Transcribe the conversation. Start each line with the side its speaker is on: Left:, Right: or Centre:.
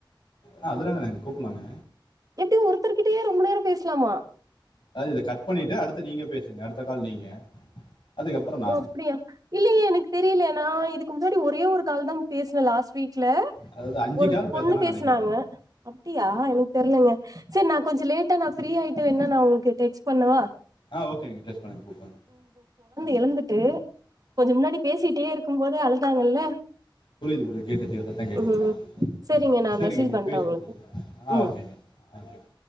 Left: ஆ அதுல என்னங்க கூப்புலாங்க
Right: எப்டி ஒருத்தர்கிட்டையே ரொம்ப நேரோ பேசலாமா
Left: அதாவ்து இத கட் பண்ணிட்டு அடுத்து நீங்க பேசுங்க அடுத்த கால் நீங்க அதுக்கப்புறம் நான்
Right: ஓ அப்டியா இல்லியே எனக்கு தெரியல நா இதுக்கு முன்னாடி ஒரே ஒரு கால் தாங் பேசுனே லாஸ்ட் வீக்ல
Left: அதாவது அஞ்சு
Right: ஒருப்
Left: கால் பேசலாம்னு
Right: பொண்ணு பேசனாங்க
Left: நினைக்கிறேன்
Right: அப்டியா எனக்கு தெர்லங்க சேர் நா கொஞ்சொ லேட்டா நா ஃப்ரீயாயிட்டு வேணா நா உங்ளுக்கு டெக்ஸ் பண்ணவா
Left: ஆ ஓகேங்க டெக்ஸ்ட் பண்ணிட்டு கூப்படுங்க
Right: எழந்துட்டு கொஞ்சோ முன்னாடி பேசிட்டே இருக்கும்போதே அழுதாங்கல்ல
Left: புரிது புரிது கேட்டுசிங்க சத்தோ கேட்டுசிங்க
Right: ம் சரிங்க நா
Left: சேரிங்க
Right: மெசேஜ்
Left: நீங்க
Right: பண்றே
Left: பேசிட்டு
Right: உங்களுக்கு
Left: கூப்டுங்க ஆ
Right: ம்
Left: ஓகேங்க தெங்க் யூ